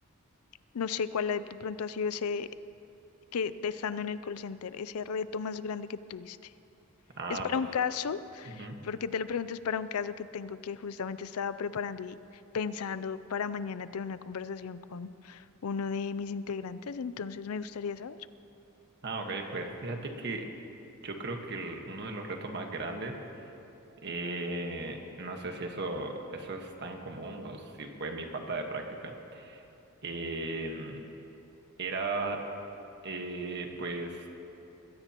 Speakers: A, on the left; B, on the right.
A: no sé cuál de pronto ha sido ese, que de estando en el call center, ese reto más grande que tuviste.
B: Ah,
A: Es para
B: pues,
A: un caso,
B: ujú.
A: porque te lo pregunto, es para un caso que tengo que justamente estaba preparando y pensando para mañana tener una conversación con uno de mis integrantes, entonces me gustaría saber.
B: Ah, ok, pues fíjate que yo creo que el- uno de los retos más grandes, eh, no sé si eso, eso es tan común o si fue mi falta de práctica, em, era eh, pues